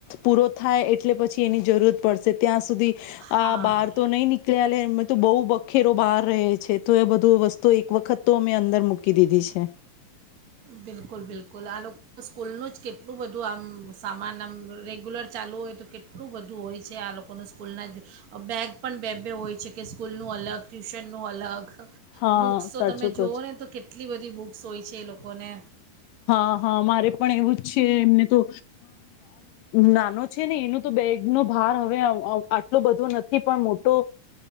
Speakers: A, on the left; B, on the right.
A: પૂરો થાય એટલે પછી એની જરૂરત પડશે ત્યાં સુધી
B: હા
A: આ બહાર તો નહી નીકળ્યા બહુ બખેરો બહાર રહે છે તો એ બધું વસ્તુ એક વખત તો અમે અંદર મૂકી કે દીદી છે
B: બિલકુલ બિલકુલ આ લોકો સ્કૂલનું જ કેટલું બધું આમ સામાન આમ રેગ્યુલર ચાલુ હોય તો કેટલું બધું હોય છે આ લોકોનું સ્કૂલના જ બેગ પણ બે બે હોય છે કે સ્કૂલનું અલગ ટ્યુશનનું અલગ
A: હા
B: બુક્સ તો
A: સાચું
B: તમે
A: કહો
B: જોઓ
A: છો.
B: ને તો કેટલી બધી બુક્સ હોય છે એ લોકો કોને
A: હા હા મારે પણ એવું જ છે એમને તો નાનો છે ને એનો તો બેગનો ભાર હવે આટલો બધો નથી પણ મોટો